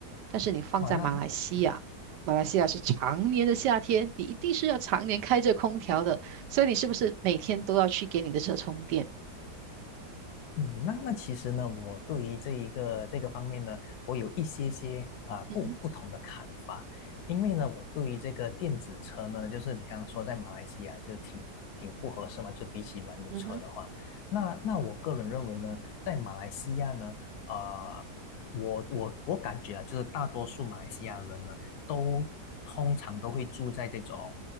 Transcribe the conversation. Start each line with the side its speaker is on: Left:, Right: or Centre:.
Right: 但是你放在马来西亚，
Left: 哇，那那嗯
Right: 马来西亚是常年的夏天，你一定是要常年开着空调的，所以你是不是每天都要去给你的车充电？
Left: 嗯，那那其实呢，我对于这一个这个方面呢，我有一些些啊、呃不不同的看法，
Right: 嗯哼，
Left: 因为呢，我对于这个电子车呢，就是你刚刚说在马来西亚就是挺挺不合适嘛，就比起燃油车的话，
Right: 嗯哼，
Left: 那那我个人认为呢，在马来西亚呢，呃，我我我感觉啊，就是大多数马来西亚人呢，都通常都会住在这种